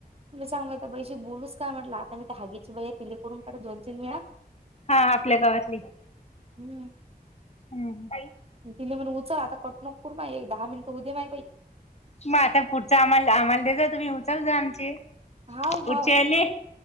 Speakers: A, on the right; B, on the left.
A: मला सांगूयता पैशी बोलूस काय म्हटलं आता मी तर हागीच भैया तिले करून काढ जोनचेल मिळा
B: हा आपल्या गावातली
A: हम्म
B: हम्म
A: तिने म्हण उचल आता कटनकूर मा एक दहा मिनिटं उद्या मा बाई
B: मग आता पुढच आम्हाला आम्हाला दे जा तुम्ही उचल जा आमचे
A: हाव
B: पुढचेले
A: हाव